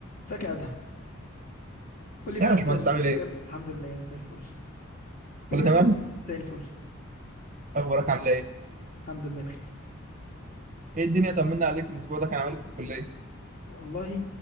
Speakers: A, on the left; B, on the right.
A: ازيك يا ادهم قول لي بقى
B: يا باشمهندس
A: انت المجال
B: عامل ايه؟
A: الحمد لله زي الفل قول
B: كله
A: لي بقى
B: تمام؟
A: انت بت- زي الفل
B: اخبارك عامله ايه؟
A: الحمد لله بخير
B: ايه الدنيا طمنا عليك الاسبوع ده كان عامل ايه في الكليه؟
A: والله